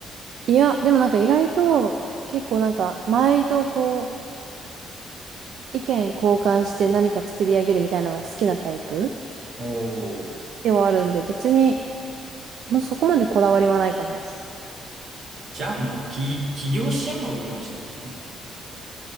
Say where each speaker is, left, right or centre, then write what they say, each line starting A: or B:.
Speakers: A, on the right; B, on the right.
A: いや、でもなんか意外と結構なんか周りとこう意見交換して何か作り上げるみたいなのが好きなタイプ
B: おー。
A: ではあるんで別にもうそこまでこだわりはないかもです。
B: じゃあもう起、起業しちゃうのがいいかもしれないですね。